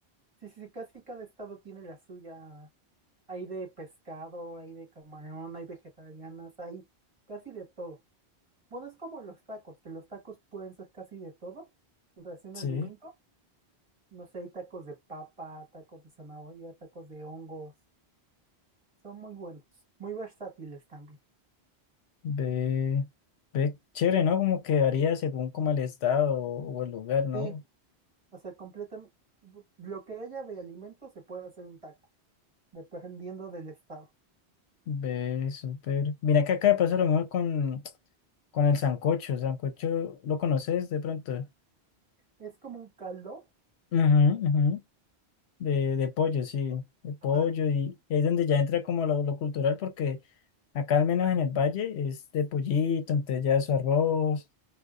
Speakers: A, on the right; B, on the left.
A: sí, sí, sí, casi cada estado tiene la suya. Hay de pescado, hay de camarón, hay vegetarianas, hay casi de todo. Bueno, es como los tacos, que los tacos pueden ser casi de todo. O sea, es un
B: sí,
A: alimento. No sé, hay tacos de papa, tacos de zanahoria, tacos de hongos. Son muy buenos, muy versátiles también.
B: ve, ve chévere, ¿no? Como que varía según como el estado o, o el lugar, ¿no?
A: Sí, o sea, completan lo que haya de alimento se puede hacer un taco, dependiendo del estado.
B: Ve súper, mira que acá pasa lo mismo con, con el sancocho, sancocho, ¿lo conoces de pronto?
A: Es como un caldo.
B: Ujú, ujú, De, de pollo, sí, de pollo,
A: Ajá.
B: y es donde ya entra como lo, lo cultural, porque acá al menos en el valle es de pollito, entonces ya su arroz,